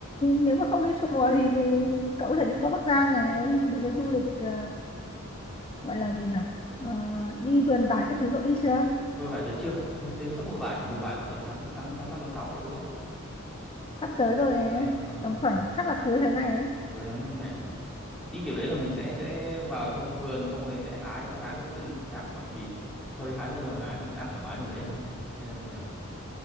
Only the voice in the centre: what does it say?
Ờ,
mua vải tớ chưa Hơi- hình sắp mua vải nhỉ mua vải là tầm tháng tháng tháng năm tháng sáu này đúng không
ờ, ờ.
cuối tháng năm này đi kiểu đấy là mình sẽ sẽ vào trong vườn xong rồi sẽ hái sẽ hái được bệnh tức mình sẽ trả một khoản phí sau đấy hái bao nhiêu là hái mình sẽ ăn thoải mái trong đấy à hay là như nào